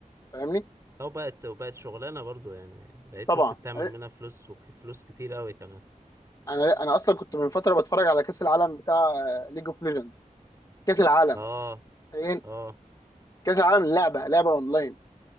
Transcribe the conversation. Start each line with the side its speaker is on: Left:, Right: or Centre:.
Left: فاهمني
Right: او بقت وبقت شغلانه برضو يعني بقيت
Left: طبعا
Right: ممكن تعمل
Left: إيه،
Right: منها فلوس وفلوس كتير قوي كمان
Left: انا انا اصلا كنت من فتره بتفرج على كاس العالم بتاع ليج اوف ليجندز كاس العالم
Right: اه
Left: فين
Right: اه
Left: كاس العالم لعبه لعبه اونلاين